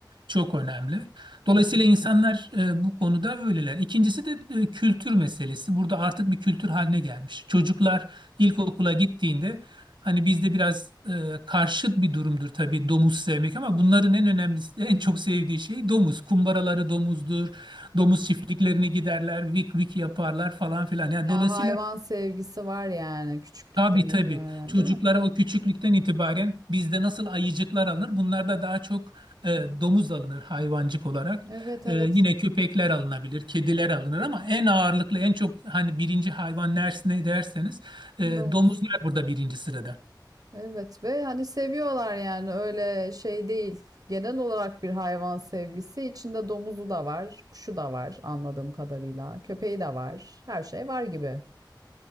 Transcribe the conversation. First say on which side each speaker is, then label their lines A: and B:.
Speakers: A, on the right; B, on the right.
A: çok önemli. Dolayısıyla
B: kesinlikle.
A: insanlar e, bu konuda öyleler. İkincisi de e, kültür meselesi. Burada artık bir kültür haline gelmiş. Çocuklar ilkokula gittiğinde Hani bizde biraz e, karşıt bir durumdur tabii domuz sevmek ama bunların en önemlisi, en çok sevdiği şey domuz. Kumbaraları domuzdur, Domuz çiftliklerine giderler, vik vik yaparlar falan filan. Yani dolayısıyla
B: Ya hayvan sevgisi var yani küçüklükten
A: tabii tabii
B: itibaren,
A: çocuklara
B: değil mi?
A: o küçüklükten itibaren bizde nasıl ayıcıklar alınır? Bunlarda daha çok e, domuz alınır hayvancık olarak.
B: Evet,
A: E,
B: evet.
A: yine köpekler alınabilir, kediler alınır ama en ağırlıklı, en çok hani birinci hayvan ders ne derseniz e,
B: Domuz.
A: domuzlar burada birinci sırada.
B: Evet ve hani seviyorlar yani öyle şey değil. Genel olarak bir hayvan sevgisi. İçinde domuzu da var, kuşu da var anladığım kadarıyla. Köpeği de var. Her şey var gibi.